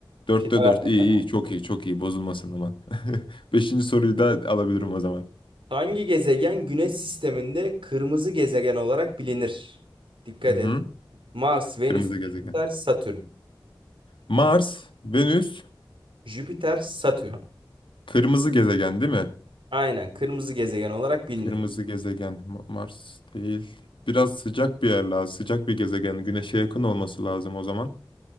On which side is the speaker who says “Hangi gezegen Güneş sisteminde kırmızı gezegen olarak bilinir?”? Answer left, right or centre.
Right